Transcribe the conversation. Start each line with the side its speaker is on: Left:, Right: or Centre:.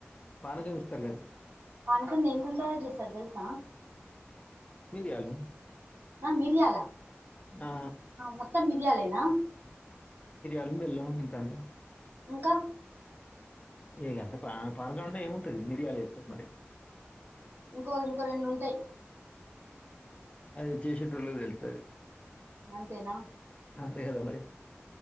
Left: పానకం ఇస్తారు గాదు
Right: పానకం దేనితో తయారుచేస్తారు తెలుసా
Left: మిరియాలు
Right: ఆ మిరియాలు
Left: ఆ,
Right: మొత్తం మిర్యాలేనా
Left: <unintelligible>
Right: ఇంకా
Left: ఇగంతే <unintelligible> ఏముంటది మిరియాలు ఏత్తే మరి
Right: ఇంకో ఇంకో రెండుంటాయి
Left: అది చేసేటోలకి తెలుస్తది
Right: అంతేనా
Left: అంతే కదా మరి